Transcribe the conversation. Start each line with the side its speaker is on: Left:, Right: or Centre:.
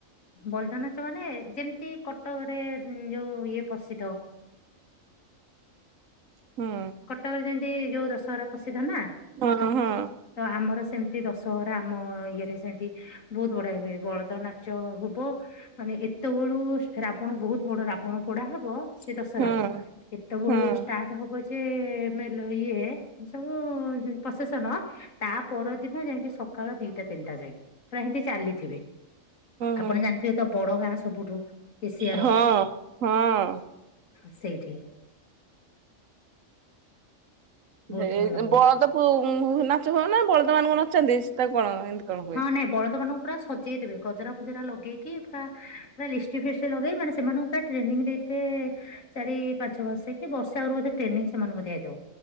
Left: ବଲଦ ନାଚ ମାନେ ଯେମିତି କଟକରେ ଯୋଉ ଇଏ ପ୍ରସିଦ୍ଧ
Right: ହଁ।
Left: କଟକରେ ଯେମତି ଯୋଉ ଦଶହରା ପ୍ରସିଦ୍ଧ ନା।
Right: ହଁ ହଁ।
Left: ତଆମର ସେମିତି ଦଶହରା ଆମ ଇଏରେ ସେମିତି ବହୁତ୍ ବଢ଼ିଆ ହୁଏ ବଳଦ ନାଚ ହୁବ ମାନେ ଏତେବେଳୁ ରାବଣ ବହୁତ୍ ବଡ଼ ରାବଣ ପୋଡ଼ା ହବ। ସେଇ ଦଶହରାକୁ
Right: ହଁ
Left: ଏତେବେଳୁ
Right: ହଁ
Left: ଷ୍ଟାର୍ଟ ହବ ଇଏ ମେଲ ଇଏ ସବୁ ପ୍ରଶେସନ ତା ପରଦିନ ଯେମିତି ସକାଳ ଦିଟା ତିନିଟା ଯାଏଁ ପୁରା ହେମିତି ଚାଲିଥିବେ।
Right: ହଁ
Left: ଆପଣ ଜାଣିଥିବେତ ବଡ଼ ଗାଁ ସବୁଠୁ ଏସିଆର
Right: ହଁ ହଁ।
Left: ହ ସେଇଠି। ବହୁତ
Right: ସେଇ
Left: ଭଲ ହୁଏ।
Right: ବଳଦ ପ ନାଚ ହୁଅନା ବଳଦ ମାନଙ୍କୁ ନଚାନ୍ତି ତାକୁ କଣ ଏମିତି କଣ ହୁଏ।
Left: ହଁ ନାଇଁ ବଳଦ ମାନଙ୍କୁ ପୁରା ସଜେଇ ଦେବେ ଗଜରା ଫଜରା ଲଗେଇକି ପୁରା ପୁରା ଲିଷ୍ଟଟି ଫିଷ୍ଟି ଲଗେଇ ମାନେ ସେମାନଙ୍କୁ ପୁରା ଟ୍ରେନିଂ ଦେଇଥିବେ ଚାରି ପାଞ୍ଚ ମାସ କି ବର୍ଷେ ଆଗୁରୁ ବୋଧେ ଟ୍ରେନିଂ ସେମାନଙ୍କୁ ଦିଆ ହେଇଥିବ।